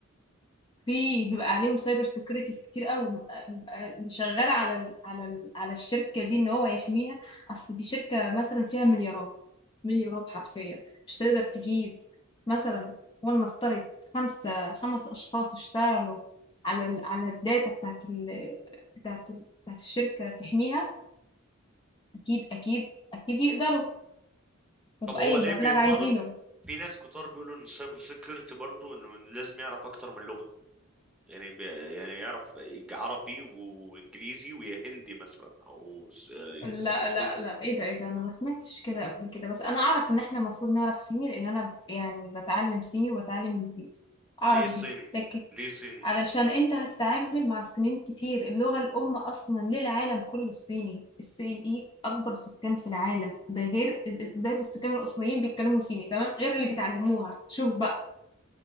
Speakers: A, on the left (about 20°); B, in the centre.
A: في بيبقى عليهم سايبر سيكيورتيز كتير قوي بيبقى بيبقى اللي شغال على ال على ال على الشركه دي ان هو يحميها اصل دي شركه مثلا فيها مليارات مليارات حرفيا مش تقدر تجيب مثلا ولنفترض خمسه خمس اشخاص اشتغلوا على ال على الداتا بتاعت ال بتاعت ال بتاعت الشركه تحميها اكيد اكيد اكيد يقدروا وبأي
B: طب هو ليه
A: مبلغ
B: بيضطروا
A: عايزينه
B: في ناس كتار بيقولوا ان السايبر سيكيورتي برضه انه لازم يعرف اكتر من لغة يعني بي... يعني يعرف عربي وانجليزي وهندي مثلا او س- آه،
A: لا
B: صيني
A: لا لا ايه ده ايه ده انا ما سمعتش كده قبل كده بس انا اعرف ان احنا المفروض نعرف صيني لان انا يعني بتعلم صيني وبتعلم انجليزي اعرف
B: ليه صيني
A: دي لكن
B: ليه صيني
A: علشان انت هتتعامل مع الصينيين كتير اللغة الام اصلا للعالم كله الصيني الصين ايه اكبر سكان في العالم ده غير ده السكان الاصليين بيتكلموا صيني تمام غير اللي بيتعلموها شوف بقى